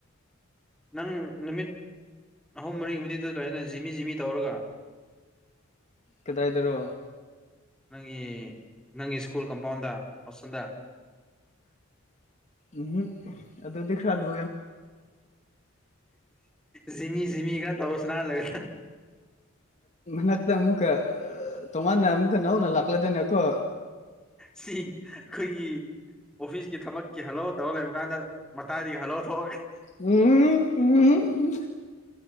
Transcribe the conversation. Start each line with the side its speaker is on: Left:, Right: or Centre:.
Centre: ꯅꯪ ꯅꯨꯃꯤꯠ ꯑꯍꯨꯝ ꯃꯔꯤ ꯅꯨꯅꯤ ꯑꯗꯨ ꯑꯗꯨꯥꯏꯅ ꯖꯤꯃꯤ ꯖꯤꯃꯤ ꯇꯧꯔꯒ
Left: ꯀꯗꯥꯥꯏꯗꯔꯣ
Centre: ꯅꯪ ꯅꯪꯒꯤ ꯁ꯭ꯀꯨꯜ ꯀꯝꯄꯥꯎꯟꯗ ꯍꯣꯁꯇꯦꯜꯗ
Left: ꯎꯝ ꯑꯗꯨꯗꯤ ꯈꯔꯂꯨ
Centre: ꯖꯤꯃꯤ ꯖꯤꯃꯤꯒ ꯇꯧ ꯁꯅ ꯂꯩ
Left: ꯃꯠꯀ ꯑꯃꯨꯛ ꯇꯣꯉꯥꯟꯅ ꯑꯃꯨꯛꯀ ꯅꯧꯅ ꯂꯥꯛꯂꯒꯅꯀꯣ
Centre: ꯁꯤ ꯑꯩꯈꯣꯏꯒꯤ ꯑꯣꯐꯤꯁꯀꯤ ꯊꯕꯛꯀꯤ ꯍꯜꯂꯣ ꯇꯧꯔ ꯂꯩꯕ ꯀꯥꯟꯗ ꯃꯇꯥꯏꯗꯒꯤ ꯍꯜꯂꯣ ꯊꯣꯛꯑꯒ
Left: ꯎꯝ ꯎꯝ ꯎꯝ